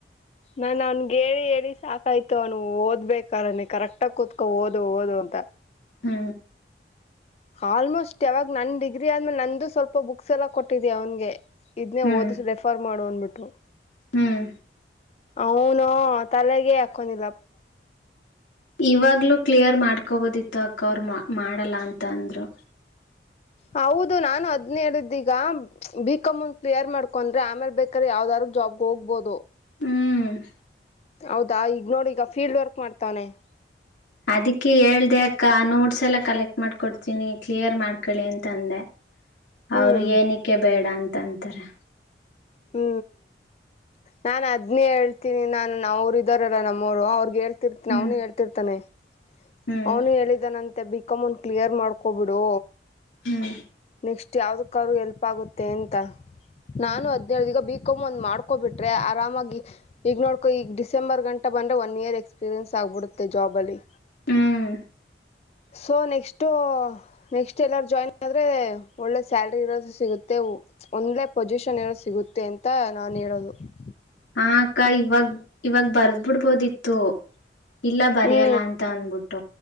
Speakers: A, on the left; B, on the left.
A: ನಾನು ಅವ್ನ್ಗ ಹೇಳಿ ಹೇಳಿ ಸಾಕಾಯ್ತು ಅವನು ಓದ್ಬೇಕಾರನ ಕರೆಕ್ಟಾಗಿ ಕುತ್ಕೊಂಡ ಓದು ಓದು ಅಂತ
B: ಹ್ಮ್
A: ಆಲ್ಮೋಸ್ಟ್ ಯಾವಾಗ ನನ್ ಡಿಗ್ರಿ ಆದ್ಮೇಲೆ ನಂದು ಸ್ವಲ್ಪ ಬುಕ್ಸ್ ಎಲ್ಲ ಕೊಟ್ಟಿದೀ ಅವನ್ಗೆ ಇದನ್ನೇ
B: ಹ್ಮ್
A: ಓದಿಸಿ ರೆಫರ್ ಮಾಡು ಅಂದ್ಬಿಟ್
B: ಹ್ಮ್
A: ಅವನು ತಲೆಗೆ ಹಾಕೊಂಡಿಲ್ಲಪ್ಪ
B: ಇವಾಗ್ಲುೂ ಕ್ಲಿಯರ್ ಮಾಡ್ಕೊಬೋದಿತ್ತು ಅಕ್ಕ ಅವರು ಮಾಡಲ್ಲ ಅಂತ ಅಂದ್ರು
A: ಹೌದು ನಾನು ಹದ್ನೇಹೇಳಿದ ಈಗ ಬಿಕಾಂ ಒಂದ್ ಕ್ಲಿಯರ್ ಮಾಡ್ಕೊ <inaudible> ಕೊಂಡರೆ ಮೇಲೆ ಬೇಕರ ಯಾವ್ದಾದಾರ್ ಜಾಬ್ಗೆ ಹೋಗ್ಬಹದು. <inaudible>
B: ಹೂ <inaudible>
A: ಹೌದಾ ಈಗ ನೋಡ ಈಗ ಫೀಲ್ಡ್ ವರ್ಕ್ ಮಾಡ್ತವನೆ. <inaudible>
B: ಅದಿಕ್ಕೆ ಹೇಳದೇ ಅಕ್ಕ ನೋಟ್ಸ್ ಎಲ್ಲಾ ಕಲೆಕ್ಟ್ ಮಾಡಕೊಡ್ತೀನಿ ಕ್ಲಿಯರ್ ಮಾಡ್ಕಳಿ ಅಂತಂದೆ. <inaudible>
A: ಹ್ಮ್
B: ಅವರು ಏನಕ್ಕೆ ಬೇಡ ಅಂತ ಅಂತಾರೆ.
A: ಹೂ ನಾನ ಅದ್ನೇ ಹೇಳ್ತೀನಿ ನಾನು ಅವರು ಇದ್ದಾರಲ್ಲ ನಮ್ಮವರು ಅವ್ರಗೆ ಹೇಳಿ <inaudible> ಸಿಟ್ಟ
B: ಹ್ಮ್
A: ಅವನೇ ಹೇಳ್ತಿರ್ತಾನೆ. <inaudible>
B: ಹ್ಮ್
A: ಅವನು ಹೇಳಿದ್ದಾನಂತೆ ಬಿಕಾಮ ಒಂದ ಕ್ಲಿಯರ್ ಮಾಡ್ಕೊಬಿಡು
B: ಹ್ಮ್
A: ನೆಕ್ಸ್ಟ <inaudible> ಯಾವದೂಕಾರು ಹೆಲ್ಪ್ ಆಗುತ್ತೆ ಅಂತ
B: ಹ್ಮ್
A: ನಾನು ಅದ ಹೇಳ ಈಗ ಬಿಕಾಂ ಒಂದ ಮಾಡ್ಕಬಿಟ್ರೆ ಆರಾಮಾಗಿ <inaudible> ಈಗ ನೋಡ್ಕೋ ಈಗ ಡಿಸೆಂಬರ್ ಗಂಟ ಬಂದ್ರೆ ಒನ್ ಇಯರ್ ಎಕ್ಸ್ಪೀರಿಯನ್ಸ್ ಆಗ್ಬಿಡುತ್ತೆ ಜಾಬ್ ಅಲ್ಲಿ.
B: ಹ್ಮ್
A: ಸೊ ನೆಕ್ಸ್ಟು? ನೆಕ್ಸ್ಟು ಎಲ್ಲಾರೂ ಜಾಯಿನ್ ಆದ್ರೆ ಒಳ್ಳೆ ಸ್ಯಾಲ್ರಿ ಇರೋದು ಸಿಗುತ್ತೆ. <inaudible> ಒಂದ್ಲೇ ಪೊಸಿಷನ್ ಏನೂ ಸಿಗುತ್ತೆ ಅಂತ ನಾನ್ ಹೇಳದು. <inaudible>
B: ಹಾ ಅಕ್ಕ ಇವತ್ತ ಇವಾಗ ಬರ್ದ್ ಬಿಡ್ಬೋದಿತ್ತು. <inaudible> ಇಲ್ಲ ಬರಿಯಲ್ಲ
A: ಹ್ಞೂ
B: ಅಂತ ಅಂದಬಿಟ್ಟ.